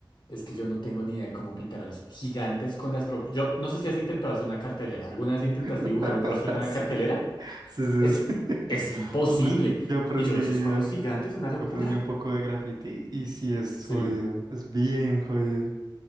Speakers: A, on the left; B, on the right.
A: es que yo no tengo ni idea de cómo pintaron eso. Gigantes con las... prop- Yo no sé si has intentado hacer una cartelera. ¿Alguna vez intentaste
B: <laughs>
A: dibujar un rostro en una
B: Sí,
A: cartelera?
B: sí,
A: Es,
B: sí, sí.
A: es imposible.
B: <laughs> Pues yo aprendí.
A: Y yo, esos cuadros gigantes, una locura.
B: Aprendí un poco de graffiti y sí es
A: Sí.
B: jodido, es bien jodido.